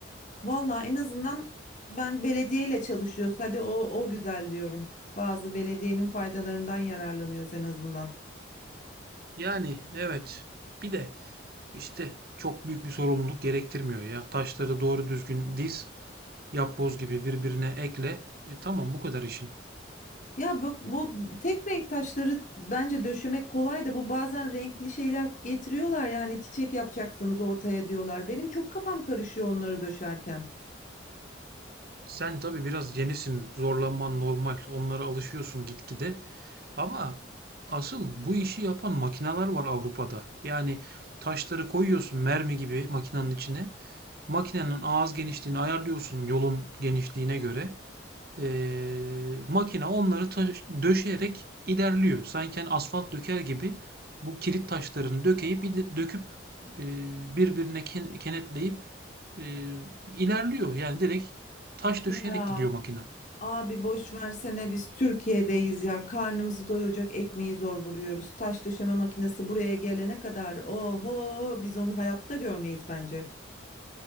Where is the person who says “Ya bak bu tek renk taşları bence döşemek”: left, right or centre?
Left